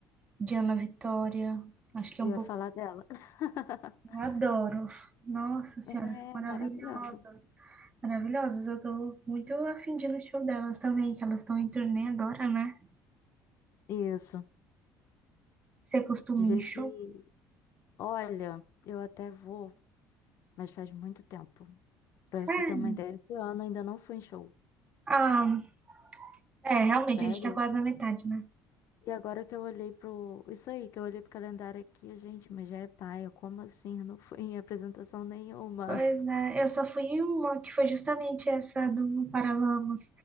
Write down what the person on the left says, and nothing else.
Eu
ia
falar dela. <laughs>
É
maravilhosa.
Isso.
Diria
que, olha, eu até vou, mas faz muito tempo.
Pra você ter uma ideia, esse ano eu ainda não fui em show.
Sério?
E agora que eu olhei pro. Isso aí, que eu olhei pro calendário aqui, gente, mas já é paia. Como assim? Eu Não fui em apresentação nenhuma.